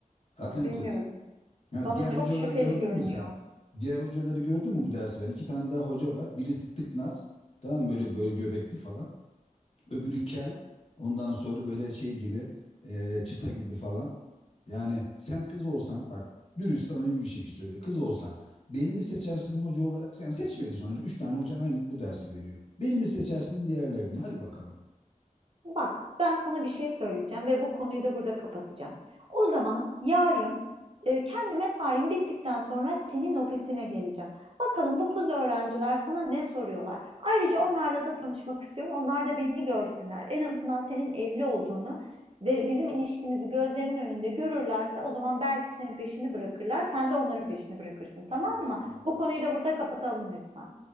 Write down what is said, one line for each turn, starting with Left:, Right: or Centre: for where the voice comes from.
Left: Zaten
Right: Ha, bilmiyorum.
Left: kız. Ha,
Right: Bana
Left: diğer
Right: çok
Left: hocaları
Right: şüpheli
Left: gördün
Right: görünüyor.
Left: mü sen? Diğer hocaları gördün mü bu dersi veren? İki tane daha hoca var. Birisi tıknaz. Tamam mı? böyle böyle göbekli falan. Öbürü kel. Ondan sonra böyle şey gibi eee, çıta gibi falan. Yani sen kız olsan bak dürüst samimi bir şekilde söyle. Kız olsan beni mi seçersin hoca olarak? Sen seçmeli sonuçta. Üç tane hoca aynı bu dersi veriyor. Beni mi seçersin diğerleri mi? Hadi bakalım.
Right: Bak, ben sana bir şey söyleyeceğim ve bu konuyu da burada kapatacağım. O zaman yarın e, kendi mesaim bittikten sonra senin ofisine geleceğim. Bakalım bu kız öğrenciler sana ne soruyorlar. Ayrıca onlarla da tanışmak istiyorum. Onlar da beni görsünler. En azından senin evli olduğunu ve bizim ilişkimizi gözlerinin önünde görürlerse o zaman belki senin peşini bırakırlar. Sen de onların peşini bırakırsın, tamam
Left: Ya şimdi
Right: mı?
Left: yani
Right: Bu konuyu
Left: hiç-
Right: da burada kapatalım lütfen.